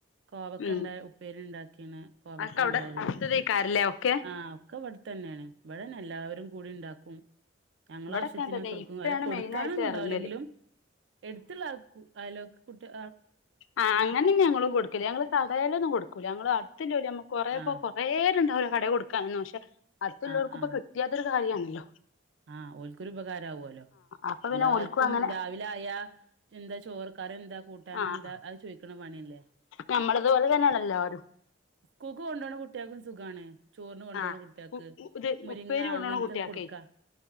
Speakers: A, on the right (about 65°); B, on the left (about 80°).
A: കോവക്ക
B: ഉം
A: ണ്ട് ഉപ്പേരി ണ്ടാക്കീണ് കോവക്ക
B: അതൊക്കെ അവിടെ
A: ണ്ടായത്
B: അടുത്തതേക്കാരല്ലേ ഒക്കെ
A: ആഹ ഒക്കെ വെട്‌തന്നെയാണ് ഇവിടന്നെ എല്ലാവരും കൂടി ഉണ്ടാക്കും ഞങ്ങള
B: ഇവിടൊക്കെ
A: ആവശ്യത്തിനൊക്കെ
B: തന്നെ
A: ഇട്‌ക്കും
B: ഇപ്പഴാണ്
A: അല്ല കൊടുക്കാനൊന്നുണ്ടാവൂലെങ്കിലും
B: മെയിനായിട്ട് എറങ്ങല്
A: എടുത്തുള്ള അൾ അയലൊക്കെ കുട്ട്യാ
B: ആ അങ്ങനെന്നെ ഞങ്ങളും കൊട്ക്കല് ഞങ്ങള് കടേലൊന്നും കൊടുക്കൂല്ല ഞങ്ങൾ അടുത്തില്ല <unintelligible> കൊറെപ്പോ
A: ആഹ്
B: കൊറേരുണ്ടാവണെ അഹ് കൊട് ക്കാനു ഷേ <inaudible> അടുത്തുള്ളോൽക്കുപ്പൊ
A: ആഹ് ആഹ്
B: കിട്ട്യാതൊരു കാര്യാണ്. ല്ല
A: ആഹ് ഓൽക്കൊരുപകാരാവൂല്ലോ
B: അപ്പൊ പിന്നെ
A: എല്ലാർക്കും
B: ഓൽക്കും അങ്ങനെ
A: രാവിലായാ ചിന്ത ചോർ കറിഎന്ത കൂട്ടാനെന്താ
B: ആഹ്
A: അത് ചോയ്ക്കണ പണ്യല്ലേ.
B: ഞമ്മളതുപോലെ തന്നെയാണല്ലോ എല്ലാരും
A: സ്കൂൾക്ക് കൊണ്ടോണ കുട്ട്യാക്കും സുഖാണ് ചോറിന് കൊണ്ടോണ
B: ആഹ്
A: കുട്ട്യാക്ക്
B: ഇത്
A: മുരിങ്ങ
B: ഉപ്പേരി കൊണ്ടോണ
A: അങ്ങൻത്ത
B: കുട്ട്യാക്കേ
A: ത് കൊടുക്കാ